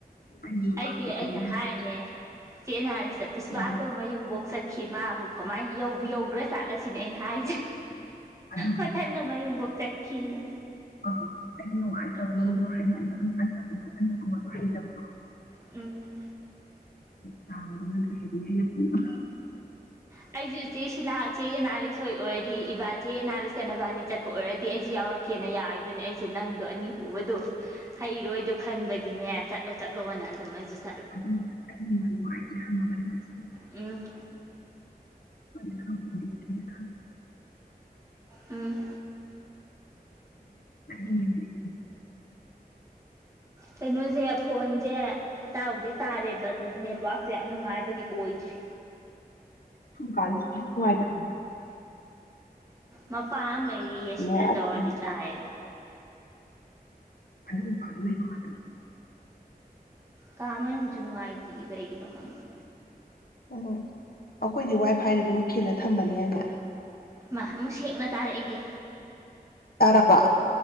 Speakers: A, on the left (about 65°); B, on the right (about 20°).
A: ꯑꯩ ꯅꯨꯡꯉꯥꯏꯇ꯭ꯔꯦ
B: ꯑꯩꯗꯤ ꯑꯩꯅ
A: ꯏꯕꯦꯝꯃ
B: ꯍꯥꯏꯔꯅꯦ ꯆꯦꯅ ꯍꯥꯏꯔꯁꯤꯗ ꯄꯨꯁꯄꯥꯗꯣ
A: ꯎꯝ
B: ꯃꯌꯨꯝꯕꯣꯛ ꯆꯠꯈꯤ ꯃꯥꯕꯨ ꯀꯃꯥꯏꯅꯧꯕ ꯌꯧꯈ꯭ꯔ ꯆꯥꯠꯂꯁꯤꯅꯦ ꯑꯩꯅ ꯍꯥꯏꯁꯦ
A: ꯑꯗꯨ
B: ꯃꯊꯟꯗ
A: ꯑ
B: ꯃꯌꯨꯝꯕꯣꯛ ꯆꯠꯈꯤꯅ
A: <inaudible> ꯑꯩ ꯅꯨꯡꯉꯥꯏꯇ꯭ꯔꯕ ꯅꯪꯗꯣ ꯍꯥꯏꯗꯤ ꯑꯒꯨꯝꯕꯒꯨꯝꯕꯗꯣ ꯍꯩꯕꯗꯣ
B: ꯎꯝ
A: ꯇꯥꯗꯅ ꯀꯩ ꯄꯕ
B: ꯑꯩꯁꯨꯦ ꯆꯦ ꯁꯤꯂꯥ ꯆꯦ ꯑꯦꯅꯥꯂꯤꯁꯣꯏ ꯑꯣꯏ ꯏꯕ ꯆꯦ ꯅꯥꯔꯤꯁ ꯀꯩꯅꯅꯕꯕꯥꯅꯤ ꯆꯠꯄ ꯑꯣꯏꯔ ꯑꯗꯨ ꯑꯩꯁꯦ ꯌꯥꯔꯛꯦ ꯀꯦꯅ ꯌꯥꯔꯣꯏꯗꯨꯅꯦ ꯑꯩꯁꯨ ꯅꯪꯗꯣ ꯑꯅꯤ ꯄꯨꯕꯗꯣ ꯍꯩꯔꯣꯏꯗꯣ ꯈꯟꯕꯒꯤ ꯒꯤꯅꯦ ꯆꯠꯂꯣ ꯆꯠꯂꯣꯅ ꯑꯗꯨꯝ ꯑꯩꯁꯦ
A: ꯑꯗꯨꯥꯏꯂ <inaudible> <unintelligible>
B: ꯎꯝ
A: ꯐ <inaudible> <unintelligible>
B: ꯎꯝ
A: ꯊꯗ <inaudible> <unintelligible>
B: ꯀꯩꯅꯣꯖꯦ ꯐꯣꯟꯖꯦ ꯇꯥꯕꯨꯗꯤ ꯇꯥꯔꯦꯕ ꯑꯗꯣ ꯅꯦꯠꯋꯥꯛꯇꯣ ꯌꯥꯝ ꯅꯨꯡꯉꯥꯏꯕꯗꯤ ꯑꯣꯏꯗ꯭ꯔꯤ
A: ꯨꯁꯨꯝꯀꯥꯟꯁꯤ ꯁꯨꯅꯨꯡ ꯅꯨꯡꯉꯥꯏ ꯇꯝ
B: ꯃꯄꯥ ꯑꯃ ꯂꯩꯔꯤꯌꯦ ꯁꯤꯗ
A: ꯑꯁ
B: ꯇꯧꯔꯗꯤ ꯇꯥꯏꯌꯦꯕ
A: ꯑꯗꯨ ꯃꯄꯥꯗ ꯂꯩꯩꯌꯣ ꯉꯥꯇꯪ
B: ꯀꯥ ꯃꯅꯨꯡ ꯁꯨ ꯅꯨꯡꯉꯥꯏꯇꯤꯌꯦ ꯀꯩꯒꯤꯅꯣ ꯈꯪꯗꯦ
A: ꯎꯝ ꯑꯩꯈꯣꯏꯗꯤ ꯋꯥꯏ ꯐꯥꯏꯗ ꯑꯗꯨꯝ ꯈꯤꯜꯂ ꯊꯝꯕꯅꯤꯅꯅꯦ
B: ꯃꯥ ꯑꯃꯨꯛ ꯁꯦꯡꯅ ꯇꯥꯔꯛꯑꯦꯍꯦ
A: ꯇꯥꯔꯕ